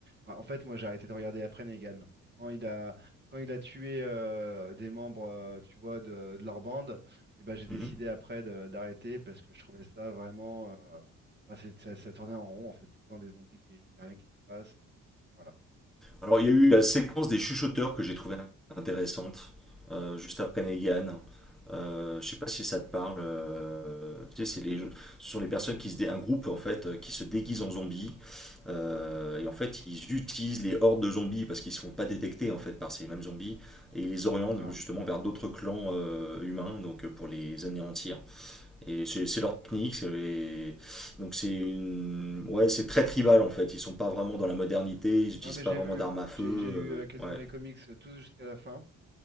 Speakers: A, on the right; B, in the centre.
A: Ah, En fait, moi j'ai arrêté de regarder après Negan. Quand il a, quand il a tué euh, des membres, euh, tu vois, de, de leur bande, et ben j'ai décidé
B: Mhm.
A: après de- d'arrêter parce que je trouvais ça vraiment. euh, Enfin, c'est ça ça tournait en rond, en fait, tout le temps des zombies qui, puis rien qui se passe. Voilà.
B: Alors, il y a eu la séquence des chuchoteurs que j'ai trouvée intéressante, euh, juste après Negan. Euh, je sais pas si ça te parle. euh, tu sais, c'est les, ce sont les personnes qui se dé- un groupe en fait euh, qui se déguise en zombies euh, et en fait ils utilisent les hordes de zombies parce qu'ils se font pas détecter en fait par ces mêmes zombies et ils les orientent
A: D'accord.
B: justement vers d'autres clans euh, humains donc euh, pour les anéantir. Et c'est c'est leur technique, c'est- et donc c'est une... ouais, c'est très tribal en fait. Ils sont pas vraiment dans la modernité, ils utilisent
A: Non, mais
B: pas
A: j'ai
B: vraiment
A: vu,
B: d'armes à feu.
A: j'ai j'ai lu euh, quasiment
B: euh, ouais,
A: les comics euh, tous jusqu'à la fin.